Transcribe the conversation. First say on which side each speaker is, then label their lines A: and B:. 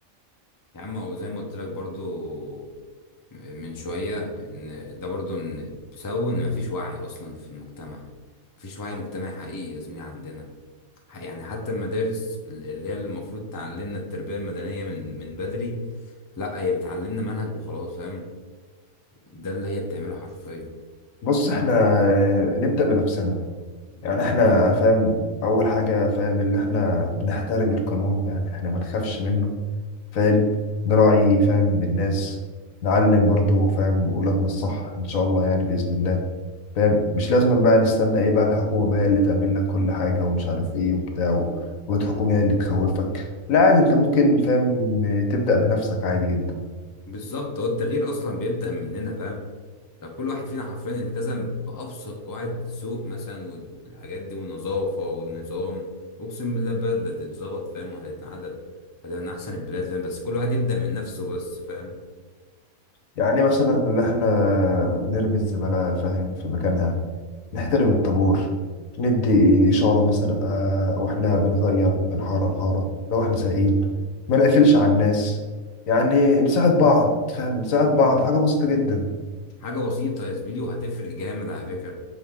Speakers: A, on the left; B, on the left.
A: يا عم هو زي ما قلت لك برضو من شوية إن ده برضو إن بسبب إن مفيش وعي أصلا في المجتمع مفيش وعي مجتمعي حقيقي يا زميلي عندنا يعني حتى المدارس ال- اللي هي المفروض تعلمنا التربية المدنية من من بدري لا هي بتعلمنا منهج وخلاص فاهم ده اللي هي بتعمله حرفيا
B: بص احنا آه، نبدأ بنفسنا
A: مم.
B: يعني احنا فاهم اول حاجة فاهم اللي احنا نحترم القانون يعني احنا ما نخافش منه فاهم نراعي فاهم الناس نعلم برضو فاهم ولادنا الصح ان شاء الله يعني بإذن الله فاهم مش لازم بقى نستنى ايه بقى الحكومة بقى هي اللي تعمل لك كل حاجة ومش عارف ايه وبتاع و- والحكومة هي اللي تخوفك لا عادي انت ممكن فاهم تبدأ بنفسك عادي جدا
A: بالظبط هو التغيير اصلا بيبدأ مننا فاهم لو كل واحد فينا حرفيا التزم بأبسط قواعد ذوق مثلا وال- والحاجات دي والنظافة والنظام اقسم بالله البلد لا تتظبط فاهم وهتتعدل فده من احسن البلاد فاهم بس كل واحد يبدأ من نفسه بس فاهم
B: يعني مثلا اللي احنا نرمي الزبالة فاهم في مكانها نحترم
A: مم.
B: الطابور ندي إشارة مثلا آه وإحنا بنغير من حارة لحارة لو إحنا سايقين ما نقفلش على الناس يعني نساعد بعض فاهم نساعد بعض حاجة بسيطة جدا
A: حاجة بسيطة يا زميلي وهتفرق جامد على فكرة